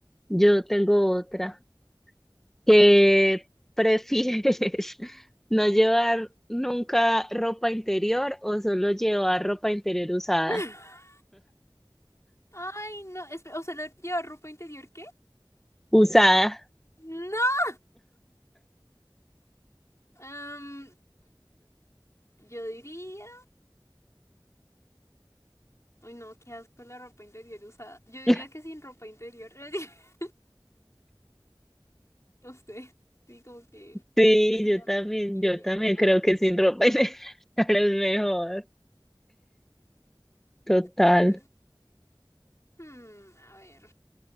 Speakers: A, in the centre; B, on the left (about 35°).
A: yo tengo otra. ¿Qué prefieres? <laughs> ¿No llevar nunca ropa interior o solo llevar ropa interior usada?
B: <laughs> Ay, no, espe- o sea, ¿la- ¿lleva ropa interior qué?
A: Usada.
B: No. Em, yo diría, uy, no, qué asco la ropa interior usada. Yo diría
A: <laughs>
B: que sin ropa interior, <laughs> no sé, sí, como que
A: Sí,
B: siento que sería
A: yo también,
B: higiénico.
A: yo también creo que sin ropa <laughs> interior es mejor. Total.
B: Ay, hmm, a ver,